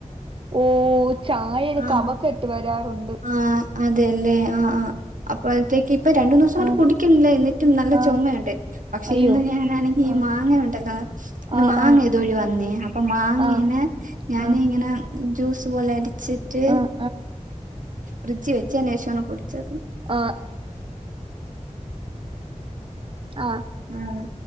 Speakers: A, on the right; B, on the right.
A: ഓഹ് ചായയിൽ
B: ആഹ്
A: കഫകട്ട് വരാറുണ്ട്
B: ആഹ് അതെല്ലേ ആഹ് ആഹ് അപ്പ അത്തേക്ക് ഇപ്പൊ രണ്ടു ദിവസം കൊണ്ട്
A: ആഹ്
B: കുടിക്കണില്ല എന്നിട്ടും നല്ല
A: ആഹ്
B: ചുമയുണ്ട് പക്ഷെ
A: അയ്യോ
B: ഇന്ന് ഞാനാണെങ്കി ഈ
A: ആഹ്
B: മാങ്ങ ഉണ്ടല്ലോ ഇന്ന്
A: ആഹ്
B: മാങ്ങ
A: ആഹ്
B: ഇതോഴി വന്നേ അപ്പൊ മാങ്ങേന
A: ആഹ്
B: ഞാൻ
A: ആഹ്
B: ഇങ്ങനെ ജ്യൂസ് പോലെ അടിച്ചിട്ട്
A: ആഹ്
B: ഫ്രിഡ്ജിൽ വെച്ചതിന് ശേഷമാണ് കുടിച്ചത്
A: ആഹ് ആഹ്
B: ആഹ്